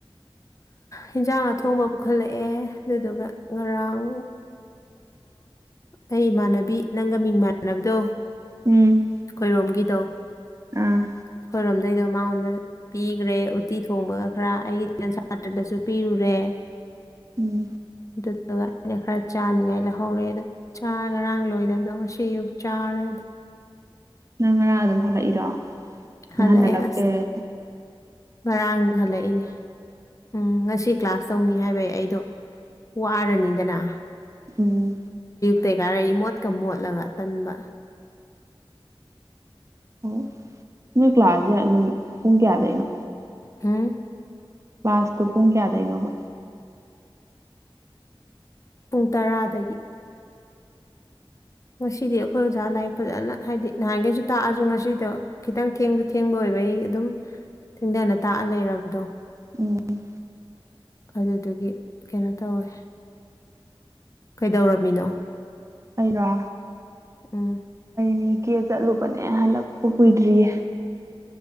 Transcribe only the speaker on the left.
ꯑꯦꯟꯁꯥꯡ ꯑꯊꯣꯡꯕ ꯄꯨꯈꯠꯂꯛꯑꯦ ꯑꯗꯨꯗꯨꯒ ꯉꯔꯥꯡ ꯑꯩ ꯏꯃꯥꯟꯅꯕꯤ ꯅꯪꯒ ꯃꯤꯡ ꯃꯥꯟꯅꯕꯗꯣ
ꯑꯩꯈꯣꯏꯔꯣꯝꯒꯤꯗꯣ
ꯑꯩꯈꯣꯏꯔꯣꯝꯗꯩꯗꯣ ꯃꯉꯣꯟꯗ ꯄꯤꯈ꯭ꯔꯦ ꯎꯠꯇꯤ ꯊꯣꯡꯕꯒ ꯈꯔ ꯑꯩꯒꯤ ꯇꯦꯟ ꯁꯥꯇ꯭ꯔꯗꯁꯨ ꯄꯤꯔꯨꯔꯦ
ꯑꯗꯨꯗꯠꯇ ꯑꯩꯅ ꯈꯔ ꯆꯥꯅꯤꯡꯉꯥꯏ ꯂꯧꯍꯧꯔꯑꯦ ꯑꯗꯣ ꯆꯥ ꯉꯔꯥꯡ ꯂꯣꯏꯗꯕꯗꯣ ꯉꯁꯤ ꯑꯨꯛ ꯆꯥꯔꯦ ꯑꯗꯣ
ꯍꯜꯂꯛꯑꯦ
ꯑꯁ
ꯉꯔꯥꯡ ꯍꯜꯂꯛꯏꯅꯦ ꯎꯝ ꯉꯁꯤ ꯀ꯭ꯂꯥꯁ ꯇꯧꯅꯤ ꯍꯥꯏꯕꯩ ꯑꯩꯗꯣ ꯋꯥꯔꯅꯤꯗꯅ
ꯀꯩꯀꯥꯔ ꯏ ꯃꯣꯠꯀ ꯃꯣꯠꯂꯒ ꯇꯟꯕ
ꯍꯥꯝ
ꯄꯨꯡ ꯇꯔꯥꯗꯒꯤ ꯉꯁꯤꯗꯤ ꯑꯩꯈꯣꯏ ꯑꯣꯖꯥ ꯂꯥꯏꯛ ꯐꯖꯅ ꯍꯥꯏꯗꯤ ꯅꯍꯥꯟꯈꯩꯁꯨ ꯇꯥꯛꯑꯁꯨ ꯉꯁꯤꯗꯣ ꯈꯤꯇꯪ ꯊꯦꯡꯁꯨ ꯊꯦꯡꯕ ꯑꯣꯏꯕ ꯑꯩ ꯑꯗꯨꯝ ꯊꯦꯡꯗꯅ ꯇꯥꯛꯑ ꯂꯩꯔꯕꯗꯣ
ꯑꯗꯨꯗꯨꯒꯤ ꯀꯩꯅꯣ ꯇꯧꯋꯦ ꯀꯩꯗꯧꯔꯝꯃꯤꯅꯣ
ꯎꯝ